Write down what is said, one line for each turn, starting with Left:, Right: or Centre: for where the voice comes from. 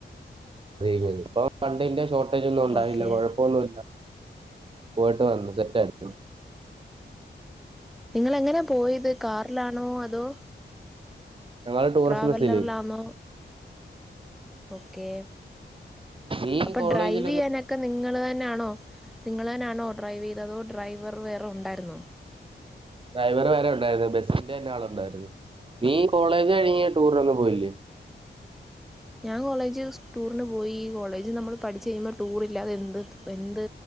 Right: ഴിഞ്ഞത് അപ്പൊ ഫണ്ടിന്റെ ഷോർട്ടേജ് ഒന്നും ഉണ്ടാവില്ല
Centre: ഓക്കെ
Right: കുഴപ്പമൊന്നുമല്ല പോയിട്ട് വന്ന് സെറ്റ് ആയിരുന്നു
Centre: നിങ്ങൾ എങ്ങനാ പോയത് കാറിലാണോ അതോ
Right: ഞങ്ങൾ ടൂറിസ്റ്റ്
Centre: ട്രാവലറിലാണോ
Right: ബസില്
Centre: ഓക്കെ
Right: നീ
Centre: അപ്പൊ
Right: കോളേജിൽ
Centre: ഡ്രൈവ് ചെയ്യാനൊക്കെ നിങ്ങള് തന്നൊണോ നിങ്ങൾ തന്നാണോ ഡ്രൈവ് ചെയ്യ അതോ ഡ്രൈവർ വേറെ ഉണ്ടായിരുന്നോ
Right: ഡ്രൈവർ വേറെ ഉണ്ടായിരുന്നു ബസ്സിന്റെ തന്നെ ആള് ഉണ്ടായിരുന്നു നീ കോളേജ് കഴിഞ്ഞ് ടൂറിന് ഒന്നും പോയില്ലേ
Centre: <inaudible> ഞാൻ കോളേജ് ടൂറിന് പോയി കോളേജ് നമ്മൾ പഠിച്ചു കഴിയുമ്പോൾ ടൂർ ഇല്ലാതെ എന്ത് എന്ത് എന്ത്